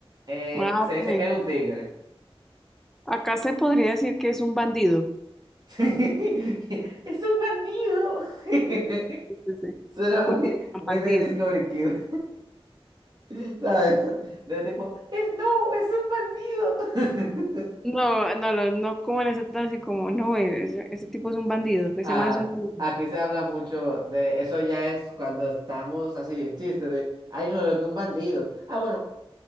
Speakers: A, on the right; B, in the centre.
A: Eh,
B: Ah,
A: se
B: ok.
A: dice, era un tigre.
B: Acá se podría decir que es un bandido.
A: <laughs> Es un bandido. <laughs>
B: Sí, sí, sí.
A: Suena muy,
B: Como un
A: muy
B: bandido.
A: de Discovery Kid. <laughs> ¿Sabes? De tipo, es no, es un bandido. <laughs>
B: No, no, no, no como en ese tono así como, no, ese, ese tipo es un bandido, ese
A: Ah,
B: man es un bandido.
A: aquí se habla mucho de eso ya es cuando estamos así en chiste de, ay no, lo que un bandido. Ah, bueno,